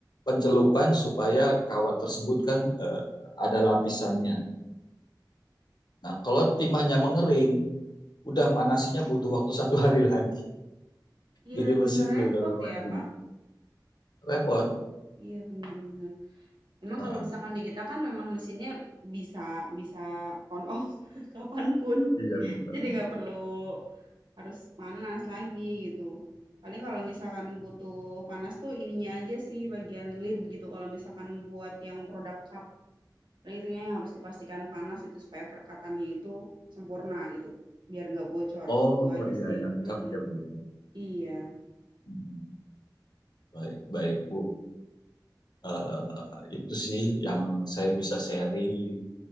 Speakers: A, on the left; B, on the right.
A: pencelupan supaya kawat tersebut kan eh, ada lapisannya. Nah, kalau tim hanya mengering, udah manasinya butuh waktu satu hari lagi.
B: Iya
A: Jadi mesin
B: benar repot
A: benar-benar mati.
B: ya Pak.
A: Repot.
B: Iya benar-benar. Memang
A: Heeh.
B: kalau misalkan di kita kan memang mesinnya bisa bisa on off <laughs> kapanpun.
A: Iya bisa.
B: Jadi nggak perlu harus panas lagi gitu. Paling kalau misalkan butuh panas tuh ininya aja sih bagian lid gitu. Kalau misalkan buat yang produk cup Nah, itunya yang harus dipastikan panas itu supaya perkataannya itu sempurna gitu, biar nggak bocor,
A: Oh,
B: itu aja
A: Iya
B: sih,
A: yang
B: mhm,
A: lengkap ya Bu ya.
B: iya.
A: Mm. Baik, baik, Bu. Eh, itu sih yang saya bisa sharing.